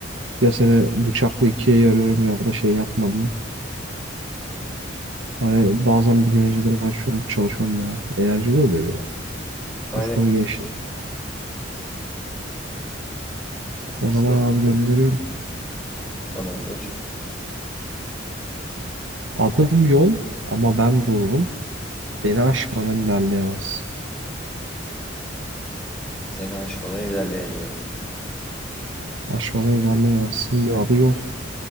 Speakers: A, on the right; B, in the centre.
A: Ya seni bıçakla ikiye yarıyorum ya da şey yapma diye. Hani bazen bilmeceleri açıyorum, çalışıyorum ya. Eğlenceli oluyor bir de.
B: Aynen.
A: Ufkunu genişletiyor. O
B: Sırası-
A: zaman abi gönderiyorum.
B: Tamamdır.
A: Adım yol ama ben dururum. Beni aşmadan ilerleyemezsin.
B: Seni aşmadan ilerleyemiyorum.
A: Aşmadan ilerleyemezsin diyor. Adı yol.